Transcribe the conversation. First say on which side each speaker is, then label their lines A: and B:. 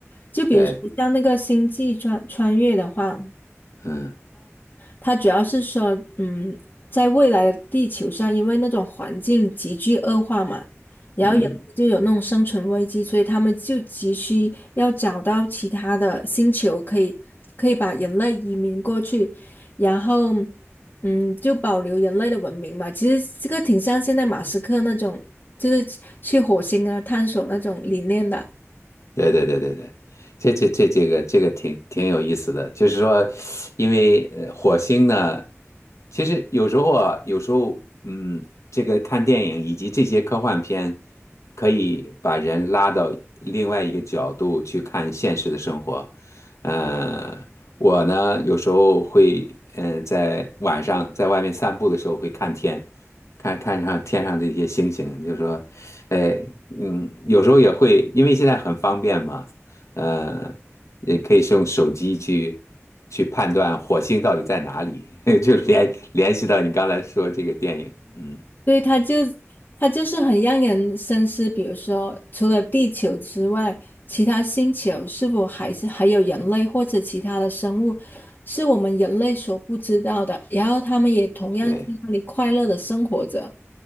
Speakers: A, on the left; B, on the left.
A: 就比如说像那个《星际穿穿越》的话。
B: 对，嗯
A: 它主要是说，嗯，在未来的地球上，因为那种环境急剧恶化嘛，然后有就有那种生存危机，
B: 嗯。
A: 所以他们就急需要找到其他的星球，可以可以把人类移民过去，然后，嗯，就保留人类的文明嘛。其实这个挺像现在马斯克那种，就是去火星啊探索那种理念的。
B: 对对对对对，这这这这个这个挺挺有意思的，就是说，因为呃火星呢，其实有时候啊，有时候嗯，这个看电影以及这些科幻片，可以把人拉到另外一个角度去看现实的生活。呃，我呢有时候会嗯、呃在晚上在外面散步的时候会看天，看看上天上这些星星，就是说哎，嗯，有时候也会，因为现在很方便嘛，呃，也可以是用手机去去判断火星到底在哪里，<laughs> 就联联系到你刚才说这个电影，嗯，
A: 对，以它就它就是很让人深思，比如说，除了地球之外，其他星球是否还是还有人类或者其他的生物，是我们人类所不知道的，然后他们也同样在那里快乐的生活着。
B: 对，